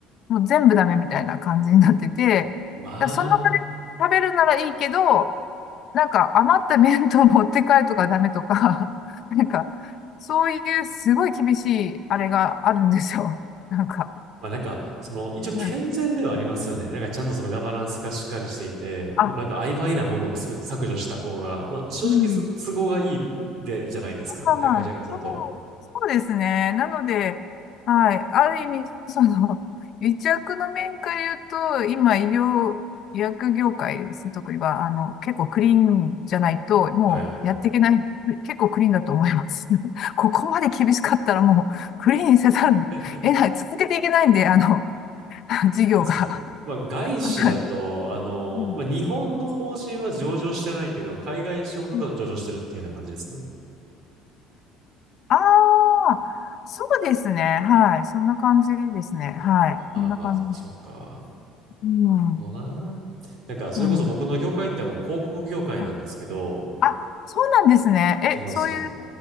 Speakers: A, on the left (about 55°); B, on the right (about 60°).
A: もう全部ダメみたいな感じになってて、
B: まあ、
A: だからその場で食べるならいいけど、なんか余った麺と持って帰るとかダメとか、<laughs> なんか、そういうすごい厳しいあれがあるんですよ。なんか、
B: まあなんか、その、一応健全ではありますよね。
A: うん
B: なんかちゃんとそのガバナンスがしっかりしていて、
A: あ、
B: もうなんか曖昧なものを全て削除した方が、まあ正直そ都合がいいで、
A: うん。
B: じゃないですか。
A: まあまあ、
B: 会会社からすると。
A: そう、そうですね。なので、はい。ある意味、その、<laughs> 癒着の面から言うと、今、医療、医薬業界ですね、特には、あの、結構クリーンじゃないと、もうやっていけない、
B: はいはい。
A: 結構クリーンだと思います。<laughs> ここまで厳しかったら、もう、クリーンせざるを得ない、
B: <laughs> な
A: 続けていけないんで、あの、<laughs> 事業が。
B: んですかね。まあ、外資だと、
A: はい
B: あの、
A: うん
B: まあ、日本の法人は上場してないけど、海外資本だと上場してるっていうような感じですね。
A: うんああ、そうですね。はい。そんな感じですね。はい。
B: ああ、
A: そんな感じ。
B: まあ、そうか。
A: うん。うん
B: そうな。なんか、それこそ僕の業界ってあの、
A: うん。
B: 広告業界なんですけど、
A: あ、あそうなんですね。
B: あ、
A: え、
B: そうなんですよ。
A: そういう、